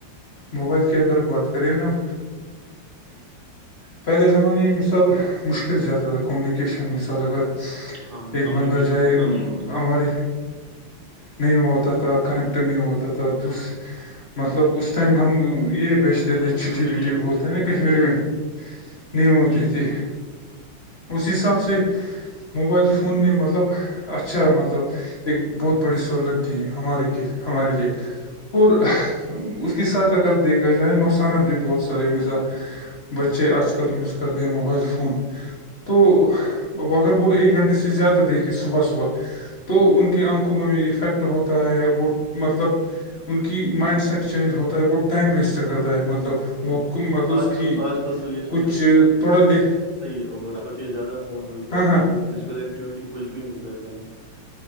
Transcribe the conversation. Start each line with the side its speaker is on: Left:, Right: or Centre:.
Left: موبائل کی اگر بات کریں نا ہم پہلے زمانے میں مثال مشکل زیادہ تھا کومونیکیشن مثال اگر
Right: ہاں
Left: ایک
Right: کمیونیکیشن
Left: بندہ جائے
Right: اتنا نہیں ہوتا
Left: اماری نہیں ہوا ہوتا تھا کنیکٹ نہیں ہوا ہوتا تھا دوس مطلب اس ٹائم ہم یہ بیچتے
Right: کنیکٹیویٹی
Left: تھے چٹی وٹی
Right: نہیں ہوتی
Left: بولتے ہیں
Right: تھی
Left: نا کشمیری
Right: اتنی
Left: میں نہیں ہوتی
Right: جی
Left: تھی
Right: جی
Left: اس حساب سے موبائل فون نے مطلب اچھا مطلب ایک بہت بڑی سہولت دی ہمارے کے ہمارے لیے اور اس کے ساتھ اگر دیکھا جائے نقصانات بھی بہت سار مزاات بچے آج کل وز کرتے ہیں موبائل فون تو اگر وہ ایک
Right: جی جی
Left: گھنٹے سے زیادہ دیکھے صبح صبح تو ان کے کے آنکھوں میں بھی افیکٹ ہوتا ہے وہ مطلب ان کی مائنڈ سیٹ چینج ہوتا ہے وہ ٹائم ویسٹ کرتا ہے مطلب
Right: ہوں
Left: وہ مطلب اس
Right: آج کل
Left: کی
Right: آج کل تو یہ سب
Left: کچھ
Right: زیادہ
Left: تھوڑا لے
Right: بچے زیادہ فون یوز کرتے
Left: ہاں ہاں
Right: ہیں وہ فزیکل ایکٹیویٹی کچھ بھی نہیں کرتے ہیں